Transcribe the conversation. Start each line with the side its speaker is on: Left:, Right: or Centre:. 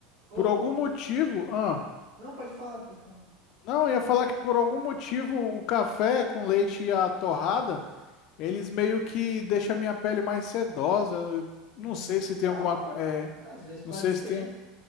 Right: Ou,
Left: Por algum motivo, ah.
Right: não, pode falar, pode falar.
Left: Não, eu ia falar que por algum motivo o café com leite e a torrada, eles meio que deixam a minha pele mais sedosa. Eu não
Right: Hum,
Left: sei se tem
Right: da
Left: alguma,
Right: hora.
Left: co- é,
Right: Às vezes
Left: não
Right: pode
Left: sei
Right: ser.
Left: se tem.